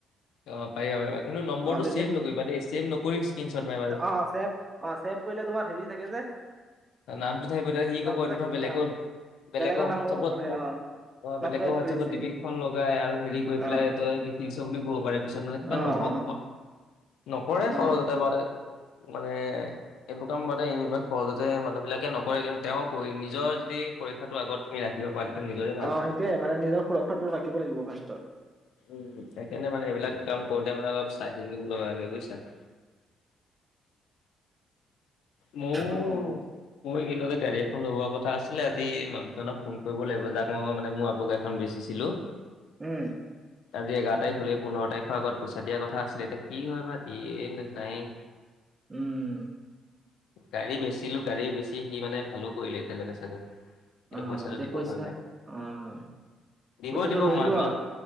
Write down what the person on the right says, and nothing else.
অ তেতিয়া
অঁ' চেভ- অঁ' ছেভ কৰিলে তোমাৰ হেৰি থাকে যে-
নামটো
থাকিব
যে অ
বেলেগৰ
নামো হ'ব পাৰে
অ
নামটো
এড কৰিছে।
অ',
অ',
অ',
অ',
অঁ সেইটোয়ে মানে নিজৰ সুৰক্ষাটো ৰাখিব লাগিব ফাষ্টত।
অ',
উম।
উম।
অ',
এতিয়া
পইচা
অ',
পইচাটো
লৈ
লোৱা